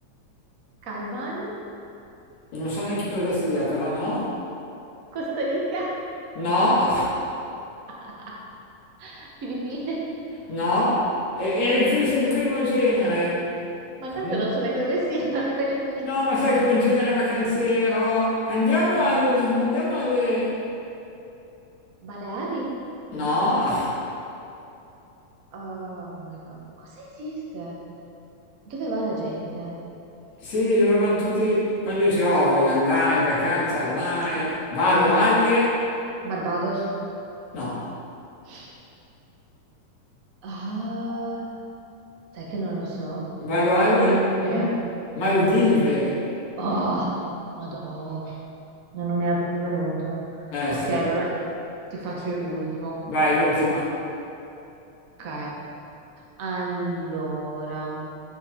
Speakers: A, on the right; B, on the left.
A: Cayman?
B: Non so neanche cosa sia, però no,
A: Costa Rica?
B: no,
A: <laughs> Filippine?
B: no, e, e rifiuto il primo genere.
A: Ma tanto
B: Sì.
A: non so neanche dove siano <laughs> quelli lì.
B: No, ma sai come genere vacanziero? Andiamo
A: Ok,
B: al... andiamo alle...
A: Baleari?
B: No?
A: Oh my God, cosa esiste? Dove va la gente?
B: Sì, dovevano tutti... Quando dici, oh, voglio andare in vacanza al mare, vado alle...
A: Barbados?
B: No,
A: <laughs> Ah. Sai che non lo so?
B: vado alle...
A: Non, non ho idea.
B: Mm? Maldive.
A: Oh, madò, no, non mi era proprio venuto.
B: Eh
A: Ok,
B: sì,
A: allora ti faccio io l'ultimo.
B: vai l'ultima.
A: Ok, allora,